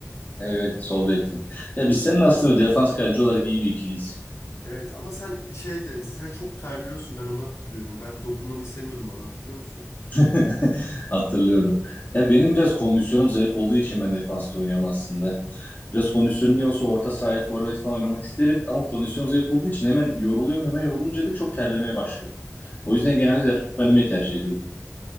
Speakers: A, on the left (about 35°); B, on the left (about 70°).
A: Evet sol bektin. Ya biz senin aslında defans kaleci olarak iyi bir ikiliyiz.
B: Evet ama sen şeydi sen çok terliyorsun ben onu hatırlıyorum. Ben dokunmanı istemiyordum bana hatırlıyor musun?
A: <laughs> Hatırlıyorum. Ya benim biraz kondisyonum zayıf olduğu için ben defansta oynuyorum aslında. Biraz kondisyonum iyi olsa orta sahaya forvet falan oynamak isterim ama kondisyonum zayıf olduğu için hemen yoruluyorum. Hemen yorulunca da çok terlemeye başlıyorum. O yüzden genelde defans oynamayı tercih ediyorum.